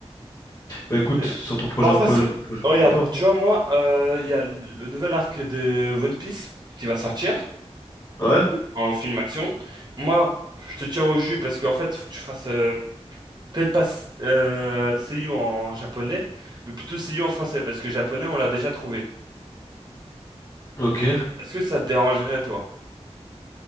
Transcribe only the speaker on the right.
et-
Bah en façon,
oh,
regarde,
tu vois moi, euh, il y a le nouvel arc de One Piece qui va sortir
et tout, en film action. Moi, je te tiens au jus parce qu'en fait, faut que tu fasses... euh, Peut-être pas euh, Seiyu en japonais, mais plutôt Seiyu en français parce que japonais, on l'a déjà trouvé.
Est-ce que ça te dérangerait toi?